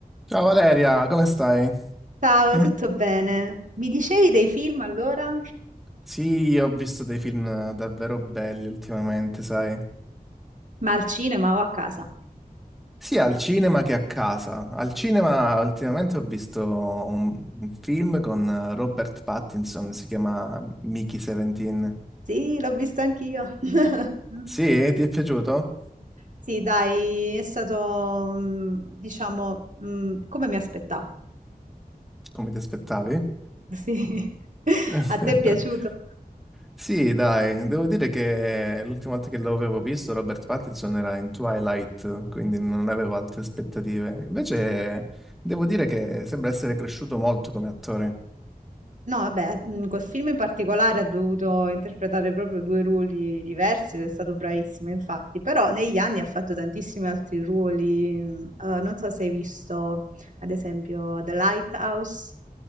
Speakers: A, in the centre; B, on the right.
A: Ciao Valeria, come stai?
B: Ciao,
A: <clears throat>
B: tutto bene? Mi dicevi dei film allora?
A: Sì, ho visto dei film davvero belli ultimamente, sai?
B: Ma al cinema o a casa?
A: Sia al cinema che a casa. Al cinema ultimamente ho visto un, un film con eh, Robert Pattinson, si chiama Mickey 17.
B: Sì, l'ho visto anch'io. <laughs>
A: Sì, ti è piaciuto?
B: Sì, dai, è stato, mm, diciamo, mm, come mi aspettavo.
A: Come ti aspettavi?
B: Sì. <laughs>
A: <laughs>
B: A te è piaciuto?
A: Sì, dai, devo dire che l'ultima volta che l'avevo visto Robert Pattinson era in Twilight, quindi non avevo altre aspettative. Invece devo dire che sembra essere cresciuto molto come attore.
B: No, vabbè, mhmm, in quel film in particolare ha dovuto interpretare proprio due ruoli diversi ed è stato bravissimo, infatti, però negli anni ha fatto tantissimi altri ruoli, mm, eh, non so se hai visto, ad esempio, The Lighthouse,